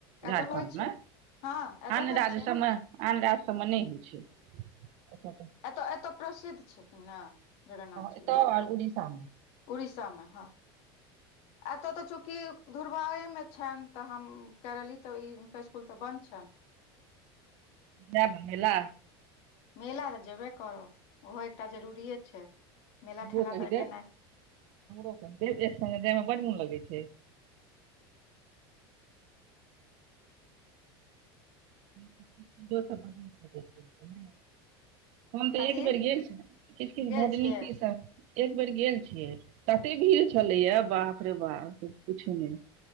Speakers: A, on the left; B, on the right.
A: एतऽ
B: झारखण्डमे
A: होइ छै हँ एतऽ
B: ने
A: होइ
B: राज
A: छै
B: सभमे आनर सभमे नहि होइ छै। एतय
A: एतय एतय प्रसिद्ध छथि ने जगन्नाथ जी
B: ए त आ उड़ीसामे
A: उड़ीसा मे हँ एत त चूकि दुर्बारे मे छनि त हम कर रहली तऽ स्कूल त बन्द छनि <inaudible>
B: नहि भनै ल
A: मेला त जेबे करब ओहो एकटा जरूरिेए छै मेला
B: हमरो
A: ठेला
B: कहि
A: तऽ
B: देब
A: गेनाइ
B: हमरो कहि देब एक संगे जायमे बड मोन लगै छै ढ़ <unintelligible> हम त
A: कथी
B: एक बेर गेल छ किछु किछु
A: गेल
B: भजनीकी
A: छियै
B: एक बेर गेल छियै तते भीड़ छलै या बाप रे बाप पुछु नहि